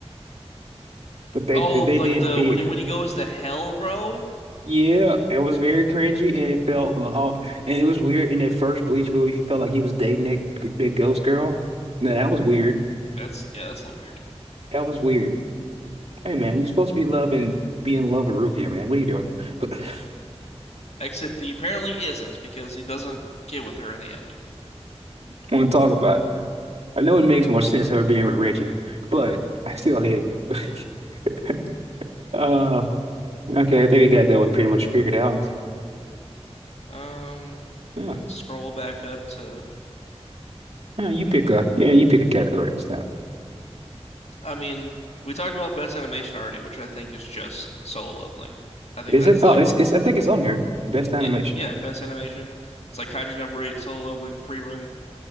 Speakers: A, on the right; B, on the left.
A: but they
B: oh,
A: they
B: like
A: did
B: the
A: fear.
B: when he, when he goes to hell, bro.
A: Yeah, it was very cringy, and it felt oh, and it was weird. In that first Bleach movie, he felt like he was dating that, that ghost girl. Now that was weird.
B: That's yeah, that's a little weird.
A: That was weird. Hey man, you're supposed to be loving, be in love with Rukia, man. What are you doing? But <laughs>
B: Except he apparently isn't because he doesn't get with her in the end.
A: I want to talk about it. I know it makes more sense her being with Renji, but I still hate it. <laughs> Uh, okay, I think you got that one pretty much figured out.
B: Um,
A: Yeah,
B: can scroll back up to.
A: yeah, you pick a yeah, you pick a category. this time.
B: I mean, we talked about best animation already, which I think is just solo leveling. I think
A: Is
B: that's
A: it? Oh,
B: like
A: it's it's I think it's on here. Best animation.
B: it. Yeah, best animation. It's like Kaiju number eight, solo leveling, free run,